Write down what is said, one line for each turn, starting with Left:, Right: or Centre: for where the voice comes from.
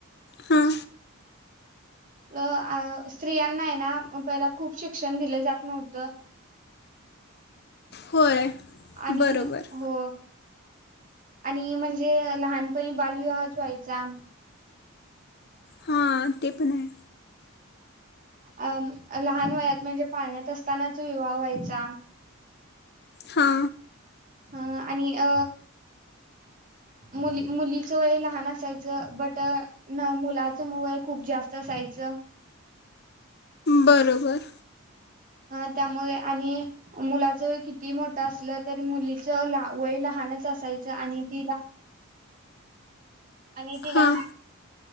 Left: हा.
Right: अ आ स्त्रियांना आहे ना पहिला खूप शिक्षण दिलं जात नव्हतं
Left: होय.
Right: आणि
Left: बरोबर
Right: हो आणि म्हणजे लहानपणी बालविवाहच व्हायचा.
Left: हां ते पण हाय.
Right: अम लहान वयात म्हणजे पाळण्यात असतानाच विवाह व्हायचा.
Left: हा.
Right: ह आणि अ मुली मुलीच वय लहान असायचं, बट मुलाचं वय खूप जास्त असायचं.
Left: बरोबर.
Right: अ त्यामुळे आणि मुलाच वय किती मोठं असलं तरी मुलीच वय लहानच असायचं. आणि तिला आणि तिला
Left: हां